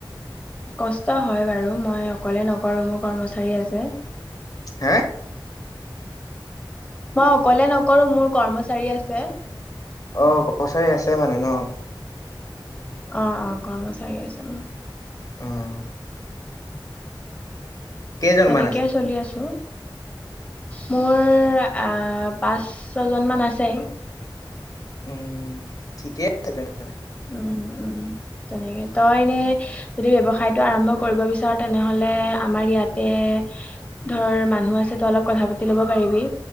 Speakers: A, on the left (about 15°); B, on the left (about 45°).
A: কষ্ট হয় বাৰু। মই অকলে নকৰো মোৰ কৰ্মচাৰী আছে।
B: হে?
A: মই অকলে নকৰো মোৰ কৰ্মচাৰী আছে।
B: অ, কৰচাৰী আছে মানে ন?
A: অ, অ, কৰ্মচাৰী আছে মোৰ।
B: উম। কেইজনমান
A: তেনেকেই
B: আছে
A: চলি আছো। মোৰ পাঁচ, ছজন মান আছে।
B: উম, ঠিকে। <inaudible>
A: উম, উম, তেনেকে। তই এনে যদি ব্যৱসায়টো আৰম্ভ কৰিব বিচৰা। তেনেহলে আমাৰ ইয়াতে ধৰ মানুহ আছে তই অলপ কথা পাতি ল'ব পাৰিবি।